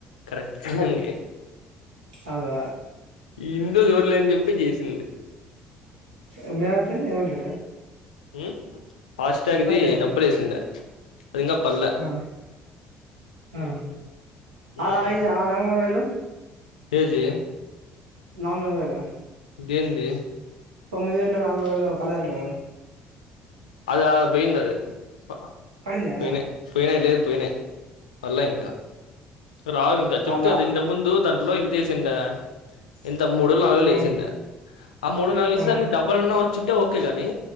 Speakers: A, on the left; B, on the right.
A: కరెక్ట్ టైంకి
B: అదా
A: ఇంట్లో దూర్లేనని చెప్పి చేసింది.
B: మీ నాన్నోత్తే ఏమంటడు
A: మ్ ఫాస్ట్రాక్ట్ది
B: ఏమ
A: డబ్బులేసిండే అదింగా పల్లే
B: ఆ ఆ అడ
A: ఉమ్
B: ఐదు ఆ నాలున్నర వేలు
A: ఏది
B: నాలుగున్నర వేల
A: దేంది.
B: తొమ్మిది వేలు నాలుగున్నర వేలు పదంటావే
A: అది ఆడ పోయిందది ప
B: పడిందా
A: పోయినాయ్ పోయినాయ్ లేదు పోయినాయ్. పల్లే ఇంకా రావింకా చెప్తి
B: అలా
A: కదా ఇంతకు ముందు దాంట్లో ఇం. చేసిండ ఇంత మూడువేలు నాలుగోలు
B: ఆ
A: వేసిండా ఆ మూడు వేలు నాలుగు వేేలు
B: ఆ
A: దానికి డబల్ అన్నా వచ్చింటే ఓకే గాని